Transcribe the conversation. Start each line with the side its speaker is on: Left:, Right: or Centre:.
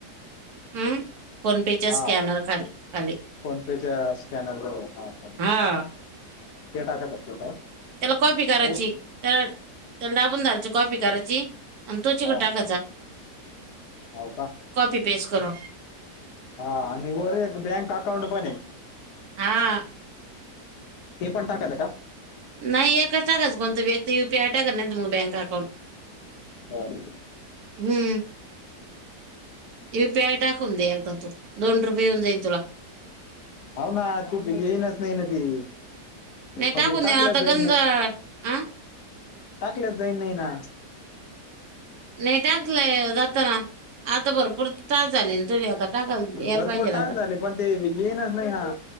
Right: हम्म फोन पेच्या
Left: हा
Right: स्कॅनर खाले खाली.
Left: फोन पेच्या स्कॅनरवर हा खाली
Right: हा
Left: ते टाकत असते का?
Right: त्याला कॉपी करायची
Left: हो
Right: त्याला त्याला दाबून धारायची कॉपी करायची आणि तो चिकड
Left: हा
Right: टाकायचा
Left: हाव का
Right: कॉपी पेस्ट करून.
Left: हा आणि वर एक बँक अकाउंट पण आहे.
Right: हा
Left: हे पण टाकायचं का?
Right: नाही एकच टाकायचा कोणतं बी एक ती यु पी आय टाकत नाहीत मग बँक अकाउंट.
Left: बरं
Right: हम्म. यू पी आय टाकुन दे एकदा तू दोन रुपये येऊन जाईन तुला.
Left: हाव ना कुठं येईनच नाही ना ती
Right: नाही
Left: म्हणजे
Right: टाकून
Left: टाकल्याच
Right: दे ना, आता
Left: जाई
Right: गंज
Left: नाही.
Right: हा
Left: टाकल्यात जाईन नाही ना.
Right: नाही टाकलंय जाताना. आता भरपूर त्रास झाले ना तुझे आता टाकायला यायला
Left: भरपूर
Right: पाहिजे ना
Left: टाइम
Right: आता
Left: झाले पण ते येईनच नाही ना.